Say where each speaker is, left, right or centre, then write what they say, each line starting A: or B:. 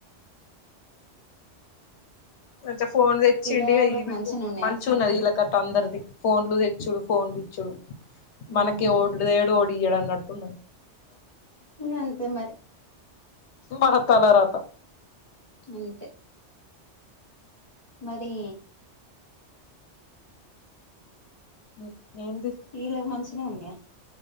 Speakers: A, on the left (about 70°); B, on the left (about 35°).
A: మంచిగా ఫోన్ తెచ్చిండి
B: పిల్లగాళ్ళకి
A: ఇగ ఈమెకు
B: మంచిగనే ఉన్నయా
A: మంచిగా ఉన్నది ఇలా ఇంటి చుట్టూ అందరిది ఫోన్లు తెచ్చుడు ఫోన్లు ఇచ్చుడు మనకే
B: ఉహు
A: ఓడు తేడు ఏడు ఓడియడు అన్నట్టు
B: ఇంగంతే మరి
A: మన తలరాత
B: అంతే మరి
A: ఉ ఏంటి
B: వీళ్ళకి మంచినే ఉన్నాయి